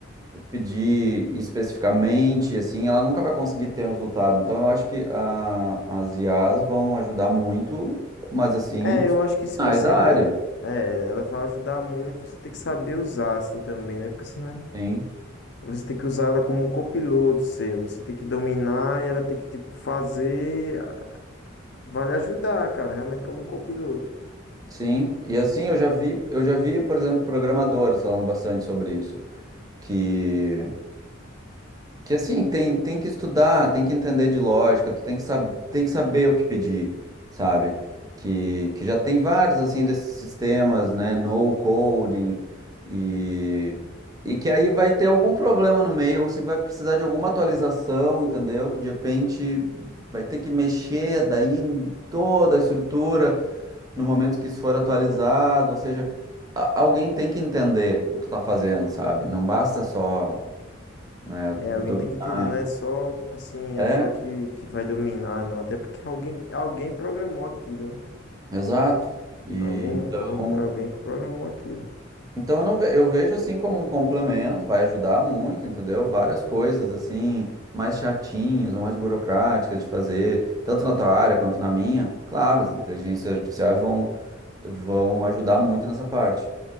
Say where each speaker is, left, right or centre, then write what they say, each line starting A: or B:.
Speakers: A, on the right; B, on the left.
A: pedir especificamente, assim, ela nunca vai conseguir ter resultado. Então, eu acho que a- as IAs vão ajudar muito, mas assim,
B: É,
A: os
B: eu
A: profissionais
B: acho que, tipo assim,
A: da
B: é,
A: área.
B: é, ela vai ajudar muito, você tem que saber usar, assim, também, né? Porque senão
A: Sim.
B: você tem que usar ela como um copiloto seu, você tem que dominar e ela tem que, tipo, fazer, vai lhe ajudar, cara, realmente como um copiloto.
A: Sim. E assim, eu já vi, eu já vi, por exemplo, programadores falando bastante sobre isso. Que Que assim, tem, tem que estudar, tem que entender de lógica, tu tem que, sab tem que saber o que pedir, sabe? Que, que já tem vários, assim, desses sistemas, né? No coding e, e que aí vai ter algum problema no meio, ou se vai precisar de alguma atualização, entendeu? Que de repente vai ter que mexer daí em toda a estrutura no momento que isso for atualizado, ou seja, a- alguém tem que entender o que tá fazendo, sabe? Não basta só, né,
B: É, alguém
A: dominar.
B: tem que entender, não é só, tipo assim,
A: É,
B: achar que, que vai dominar, não. Até porque alguém, alguém programou aquilo, né?
A: exato. E
B: Algum,
A: então,
B: algum, alguém que programou aquilo.
A: então eu não ve- eu vejo assim como um complemento, vai ajudar muito, entendeu? Várias coisas assim, mais chatinhas ou mais burocráticas de fazer, tanto na tua área quanto na minha. Claro, as inteligências artificiais vão vão ajudar muito nessa parte.